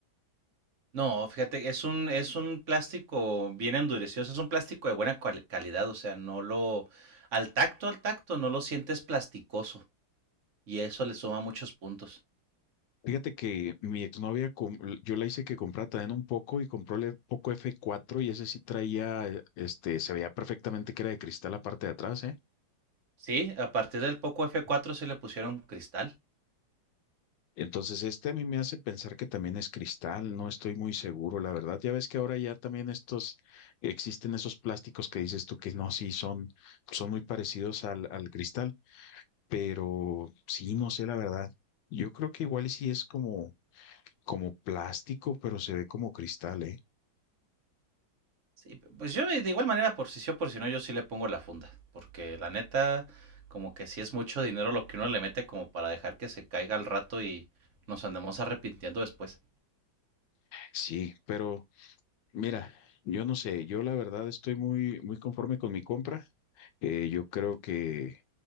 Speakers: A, on the right (about 45°); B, on the left (about 75°).
A: No, fíjate, es un, es un plástico bien endurecido, o sea, es un plástico de buena cual- calidad, o sea, no lo, al tacto, al tacto, no lo sientes plasticoso y eso le suma muchos puntos.
B: Fíjate que mi exnovia, com- yo la hice que comprara también un poco y compró el Poco f cuatro y ese sí traía, eh, este, se veía perfectamente que era de cristal la parte de atrás, ¿eh?
A: Sí, a partir del Poco f cuatro sí le pusieron cristal.
B: Entonces, este a mí me hace pensar que también es cristal, no estoy muy seguro, la verdad. Ya ves que ahora ya también estos, existen esos plásticos que dices tú que no, sí, son, son muy parecidos al, al cristal, pero sí, no sé, la verdad. Yo creo que igual y sí es como, como plástico, pero se ve como cristal, ¿eh?
A: Sí, p- pues yo de igual manera, por si sí o por si no, yo sí le pongo la funda, porque la neta, como que sí es mucho dinero lo que uno le mete como para dejar que se caiga al rato y nos andemos arrepintiendo después.
B: Sí, pero mira, yo no sé, yo la verdad estoy muy, muy conforme con mi compra. Eh, yo creo que